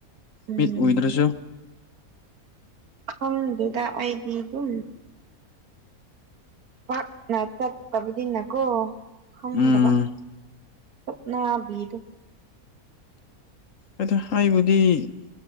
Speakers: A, on the right; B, on the left.
A: ꯎꯝ
B: ꯃꯤꯠ ꯎꯨꯗ꯭ꯔꯁꯨ
A: ꯈ‌ꯪꯗ‌ꯦꯗ ꯑꯩꯗꯤ ꯑꯗꯨꯝ ꯄꯥꯛꯅ ꯆꯠꯇꯕꯨꯗꯤꯅꯀꯣ ꯈꯪꯗꯕ
B: ꯎꯝ
A: ꯆꯨꯞꯅꯕꯤꯗ‌ꯣ
B: ꯑꯗꯣ ꯍꯥꯏꯕꯨꯗꯤ